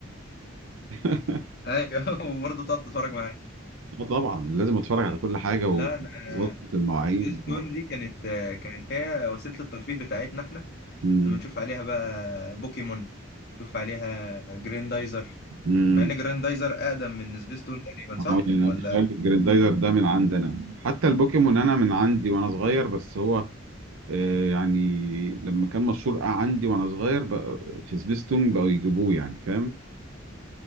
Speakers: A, on the right; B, on the left.
A: <laughs>
B: ايوه <laughs> وبرضه بتقعد تتفرج معايا
A: اه طبعا لازم اتفرج على كل حاجه و-
B: لا انا
A: ووقت المواعيد
B: سبيس تون
A: برضه
B: دي كانت كانت هي وسيله الترفيه بتاعتنا احنا
A: امم
B: لما نشوف عليها بقى بوكيمون نشوف عليها جريندايزر
A: امم
B: مع ان جريندايزر اقدم من سبيس تون تقريبا
A: انا
B: صح ولا
A: بخلي الجريندايزر ده من عندنا حتى البوكيمون انا من عندي وانا صغير بس هو آه، يعني لما كان مشهور عندي وانا صغير بقى في سبيستون بقوا يجيبوه يعني فاهم